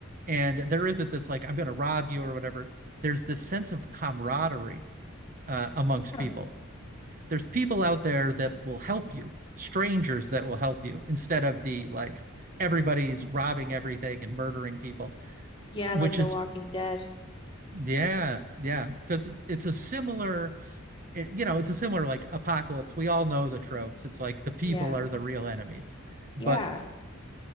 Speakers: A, on the right; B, on the left.
A: And there isn't this like, I'm going to rob you or whatever. There's this sense of camaraderie uh, amongst
B: Huh.
A: people there's people out there that will help you, strangers that will help you instead of the like everybody's robbing everything and murdering people,
B: Yeah,
A: which
B: like The
A: is
B: Walking Dead.
A: yeah, yeah, because it's a similar, it, you know, it's a similar like apocalypse. We all know the tropes. It's like the people
B: Yeah,
A: are the real enemies, but
B: yeah.